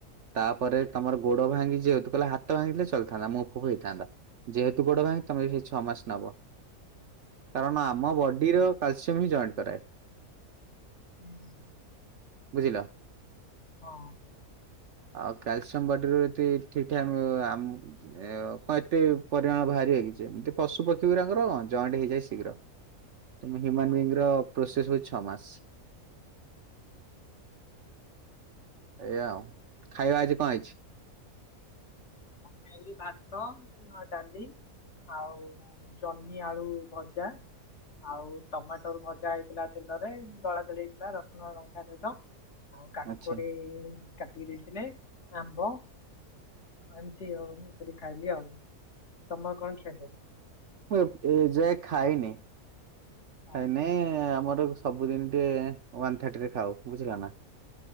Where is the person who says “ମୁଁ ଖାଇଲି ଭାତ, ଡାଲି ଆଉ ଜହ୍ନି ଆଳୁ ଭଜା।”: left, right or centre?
Left